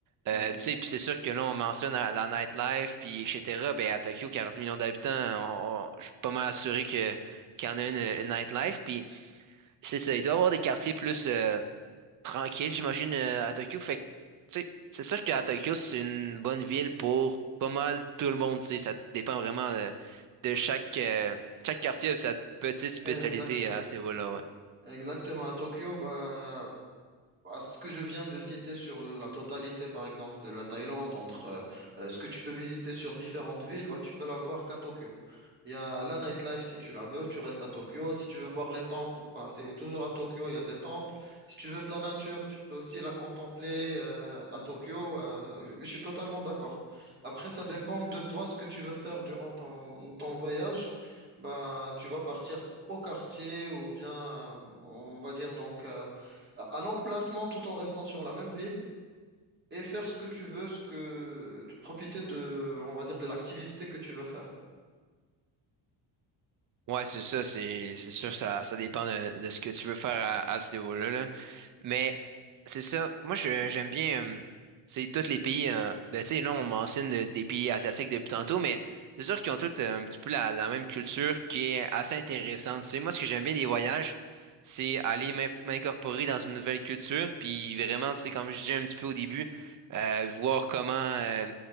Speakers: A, on the right; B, on the right.
A: Euh,
B: ouais,
A: tu sais, puis c'est sûr que là, on mentionne la, la nightlife, puis etc. Ben, à Tokyo, 40 millions d'habitants, on- on- je suis pas mal assuré que qui en a une, une nightlife. Puis c'est ça, il doit y avoir des quartiers plus euh, tranquilles, j'imagine, euh, à Tokyo. Fait que, tu sais, c'est sûr qu'à Tokyo, c'est une bonne ville pour pas mal tout le monde. Tu sais, ça dépend vraiment de, de chaque, euh, chaque quartier a sa petite spécialité
B: exactement.
A: à ce niveau-là. Ouais,
B: Exactement. À Tokyo, bah, à ce que je viens de citer sur la totalité, par exemple, de la Thaïlande, entre euh, euh, ce que tu peux visiter sur différentes villes, bah, tu peux l'avoir qu'à Tokyo. Il y a la nightlife si tu la veux, tu restes à Tokyo. Si tu veux voir les temples, bah, c'est toujours à Tokyo, il y a des temples. Si tu veux de la nature, tu peux aussi la contempler euh, à Tokyo. euh, je suis totalement d'accord. Après, ça dépend de toi ce que tu veux faire durant ton, ton voyage. Bah, tu vas partir au quartier ou bien, euh, on va dire donc, euh, à à l'emplacement tout en restant sur la même ville et faire ce que tu veux, ce que, profiter de, on va dire, de l'activité que tu veux faire.
A: ouais c'est ça, c'est c'est sûr, ça, ça dépend de, de ce que tu veux faire à, à ce niveau-là, là. Mais c'est ça. Moi, je- j'aime bien, euh, c'est tous les pays. euh, ben, tu sais, là, on mentionne euh, des pays asiatiques depuis tantôt, mais c'est sûr qu'ils ont tous euh, un petit peu la, la même culture qui est assez intéressante. Tu sais, moi, ce que j'aime bien des voyages, c'est aller m'in- m'incorporer dans une nouvelle culture, puis vraiment, tu sais, comme je disais un petit peu au début, euh, voir comment, euh,